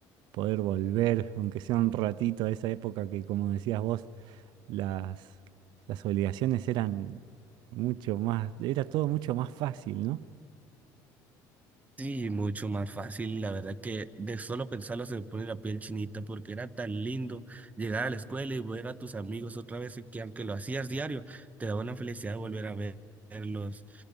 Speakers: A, on the right; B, on the right.
A: poder volver, aunque sea un ratito, a esa época que, como decías vos, las, las obligaciones eran mucho más, era todo mucho más fácil, ¿no?
B: Sí, mucho más fácil. La verdad que de solo pensarlo se me pone la piel chinita porque era tan lindo llegar a la escuela y ver a tus amigos otra vez que aunque lo hacías diario, te da una felicidad volver a ver- verlos.